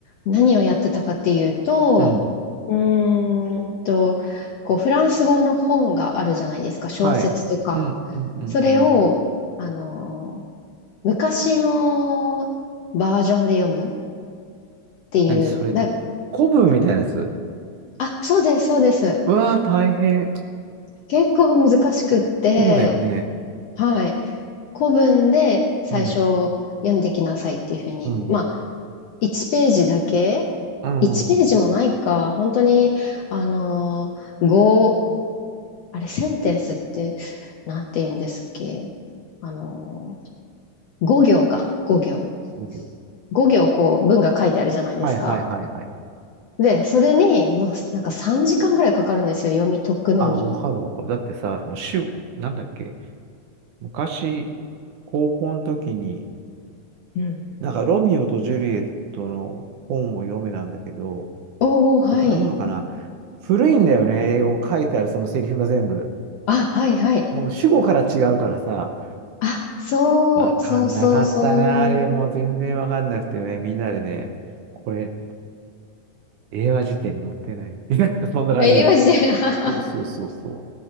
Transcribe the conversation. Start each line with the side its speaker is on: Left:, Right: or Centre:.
Left: 何をやってたかっていうと、
Right: うん、
Left: うーんと、こう、フランス語の本があるじゃないですか、小説とか。
Right: はい。うん、うん、うん、
Left: それを、
Right: うん。
Left: あの、昔のバージョンで読むっていう、
Right: 何それって、
Left: だ、
Right: 古文みたいなやつ
Left: あ、そうです、そうです。
Right: うわー、大変。
Left: 結構難しくって、
Right: そうだよね。
Left: はい。古文で最初読んできなさいっていうふうに。
Right: うん、うん、
Left: まあ、1ページだけ
Right: うん。
Left: ?1 ページもないか。本当に、あのー、ごあれ、センテンスって、なんて言うんですっけ。あのー、5行か。5行。
Right: 無病
Left: 5行こう、文が書いてあるじゃないですか。
Right: はいはいはいはい。
Left: で、それに、まあ、なんか3時間ぐらいかかるんですよ。読み解くのに。
Right: あ、わかるわかる。だってさ、もう主、なんだっけ、昔、高校の時に、
Left: うん。
Right: なんか、ロミオとジュリエットの本を読めなんだけど、
Left: おお、はい。
Right: 他のものかな。古いんだよね、英語書いてあるそのセリフが全部。
Left: あ、はい、はい。
Right: もう主語から違うからさ、
Left: あ、そう、
Right: わかんなかったな、
Left: そうそうそう。
Right: あれ。もう全然わかんなくてね、みんなでね、これ、英和辞典に載ってない。<laughs> みたいなそんな感じよ。
Left: え、今して、<laughs>
Right: そうそうそうそ